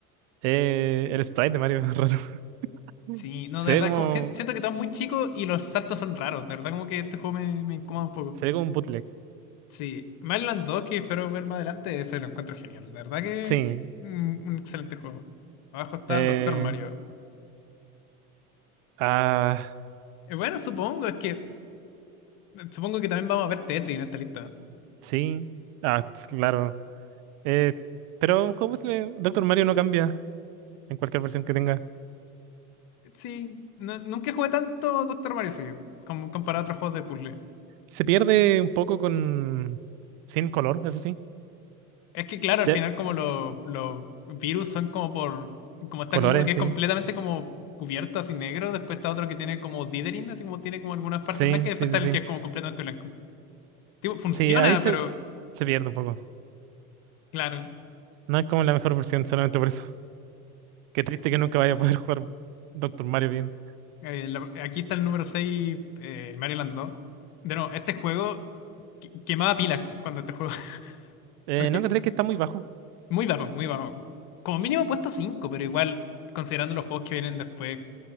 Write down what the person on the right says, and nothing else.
eh, el sprite de Mario es raro. <laughs>
Se
ve como.
Se ve como un bootleg.
Sí.
Eh,
ah,
Sí, ah, t- claro. Eh, pero ¿cómo se le- Doctor Mario no cambia en cualquier versión que tenga.
Se pierde un poco con... Sin color, eso sí.
Ya,
Colores,
sí.
Sí,
sí,
sí,
sí.
Sí, ahí se,
se pierde un poco.
No es como la mejor versión, solamente por eso. Qué triste que nunca vaya a poder <laughs> jugar Doctor Mario bien.
Eh,
¿no encontré que está muy bajo?